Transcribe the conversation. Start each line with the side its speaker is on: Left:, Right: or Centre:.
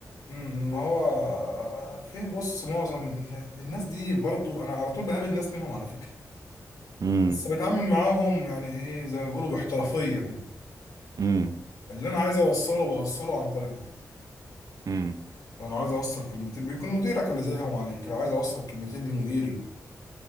Left: امم، ما هو في بص معظم الناس دي برضو انا على طول بقابل ناس منهم على فكرة
Right: امم
Left: بس بتعامل معاهم يعني ايه زي ما بيقولوا باحترافية كده
Right: امم
Left: اللي انا عايز اوصله بوصله عن طريقهم
Right: امم
Left: انا لو عايز اوصل كلمتين بيكون مديرك اللي زيهم عليك لو عايز اوصل كلمتين لمديري